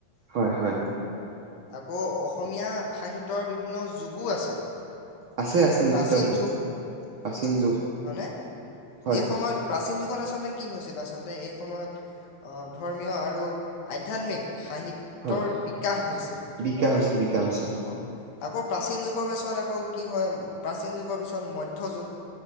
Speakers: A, on the right; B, on the left.
A: হয় হয়।
B: আকৌ অসমীয়া সাহিত্যৰ বিভিন্ন যুগো আছে।
A: আছে
B: যেনে
A: আছে
B: প্ৰাচীন
A: নিশ্চিতভাৱে
B: যুগ,
A: প্ৰাচীন যুগ
B: হয়নে
A: হয়
B: এই
A: হয়
B: সময়ত প্ৰাচীন যুগত আচলতে কি হৈছিল আচলতে এই সময়ত অ ধৰ্মীয় আৰু আধ্যাত্মিক সাহিত্যৰ
A: হয়
B: বিকাশ হৈছিল
A: বিকাশ হৈছিল বিকাশ হৈছিল
B: অ'। আকৌ প্ৰাচীন যুগৰ পাছত আকৌ কি হয় প্ৰাচীন যুগৰ পিছত মধ্য যুগ।